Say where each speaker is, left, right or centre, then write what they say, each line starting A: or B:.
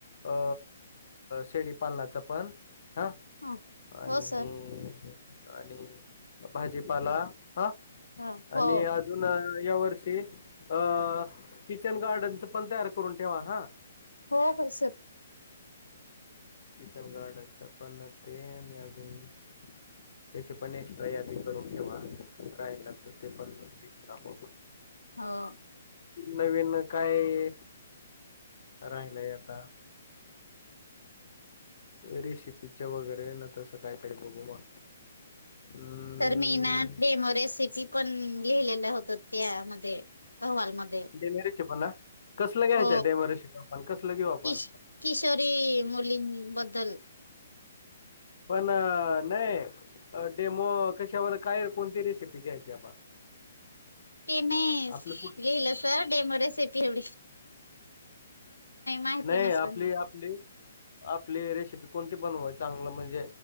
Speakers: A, on the left (about 55°); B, on the left (about 85°).
A: अ शेडी पालनाच पण हा
B: हो
A: आणि
B: सर
A: आणि भाजीपाला हा
B: हो हो
A: आणि अजून या वर्षी अ किचन गार्डनच पण तयार करून ठेवा हा
B: हो हो सर
A: किचन गार्डनच्या पण ते आणि अजून त्याची पण एक्स्ट्रा यादी करून ठेवा राहिला तर ते पण काप
B: हो
A: नवीन काय राहिलय आता रेसिपीच्या वगैरे ना तसं काहीतरी बघू मग अम्म
B: तर मी ना डेमो रेसिपी पण लिहिलेल होत त्यामध्ये अहवाल मध्ये
A: डेमेरची पण ना कसलं घ्यायचं
B: हो
A: डेमोरेसिपी आपण कसलं घेऊ आपण
B: कि किशोरी मुली बद्दल बदल
A: पण नाही डेमो कशावर काय कोणती रेसिपी घ्यायची आपण <inaudible>
B: ते नाही
A: आपली कुठ
B: लिहिलं सर डेमो रेसिपी एवढी माहिती
A: नाही
B: ना
A: आपली
B: सर
A: आपली आपली रेसिपी कोणती बन चांगलं म्हणजे